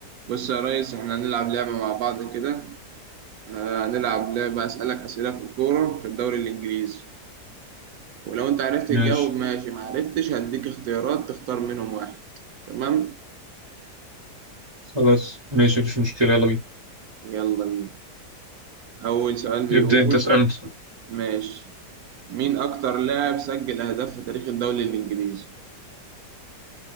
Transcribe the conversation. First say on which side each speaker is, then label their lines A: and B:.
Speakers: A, on the right (about 70°); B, on the right (about 25°).
A: بص يا ريس احنا هنلعب لعبة مع بعض كده آه، هنلعب لعبة أسألك أسئلة في الكورة في الدوري الإنجليزي ولو أنت عرفت تجاوب
B: ماشي
A: ماشي ما عرفتش هديك اختيارات تختار منهم واحد تمام
B: خلاص ماشي مفيش مشكلة يلا بينا
A: يلا بينا أول سؤال بيقول
B: ابدأ أنت اسألني
A: ماشي مين أكتر لاعب سجل أهداف في تاريخ الدوري الإنجليزي